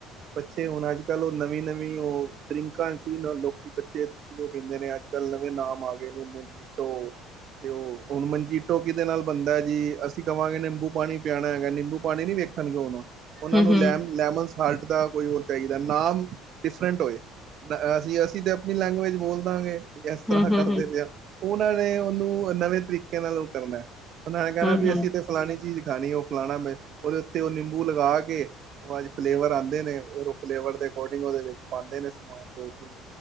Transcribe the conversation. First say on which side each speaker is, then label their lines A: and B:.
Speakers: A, on the right (about 55°); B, in the centre.
A: ਬੱਚੇ ਹੁਣ ਅੱਜ ਕਾੱਲ ਓ ਨਵੀਂ-ਨਵੀਂ ਓ ਡਰਿੰਕਾਂ ਏੱਚ ਵੀ ਨ ਲੋਕੀ ਬੱਚੇ ਬੀ ਓ ਕੈਂਦੇ ਨੇ ਅੱਜ ਕਾੱਲ ਨਵੇਂ ਨਾਮ ਆ ਗਏ ਨੇ ਮੋਜੀਟੋ ਤੇ ਓ ਹੁਣ ਮੰਜੀਟੋ ਕਿਦੇ ਨਾਲ ਬਣਦੈ ਜੀ ਅਸੀ ਕਵਾਂਗੇ ਨਿੰਬੂ ਪਾਣੀ ਪਿਆਣਾ ਹੈਗੈ ਨਿੰਬੂ ਪਾਣੀ ਨੀ ਵੇ ਖਣਗੇ ਹੁਣ। ਓਨਾਂ
B: ਹੂੰ-ਹੂੰ,
A: ਨੂੰ ਲੈਮ ਲੈਮਨ ਸਾਲਟ ਦਾ ਕੋਈ ਓ ਚਾਈਦੈ ਨਾਮ ਡਿਫਰੈਂਟ ਹੋਏ। ਨ ਅ ਅਸੀ ਅਸੀ ਤੇ ਆਪਣੀ ਲੈਂਗੁਏਜ ਬੋਲ ਦਾਂਗੇ ਵੀ ਐਸ ਤਰ੍ਹਾਂ
B: ਹੂੰ-ਹੂੰ,
A: ਕਰਦੇ
B: ਹੂੰ-ਹੂੰ,
A: ਪਏ ਆਂ। ਓਨਾਂ ਨੇ ਓਨੂੰ ਐ ਨਵੇਂ ਤਰੀਕੇ ਨਾਲ ਓ ਕਰਨੈ। ਓਨਾਂ ਨੇ ਕੈਨੈ
B: ਹੂੰ-ਹੂੰ,
A: ਵੀ ਅਸੀ ਤੇ ਫਲਾਨੀ ਚੀਜ ਖਾਨੀ ਏ, ਓ ਫਲਾਨਾ ਮੈਂ ਓਦੇ ਉੱਤੇ ਓ ਨਿੰਬੂ ਲਗਾ ਕੇ ਤੇ ਓ ਅੱਜ ਫਲੇਵਰ ਆਂਦੇ ਨੇ ਔਰ ਓ ਫਲੇਵਰ ਦੇ ਅਕੋਰਡਿੰਗ ਓਦੇ ਵਿੱਚ ਪਾਂਦੇ ਨੇ ਸਮਾਨ ਦੋ-ਤਿੰਨ ਓ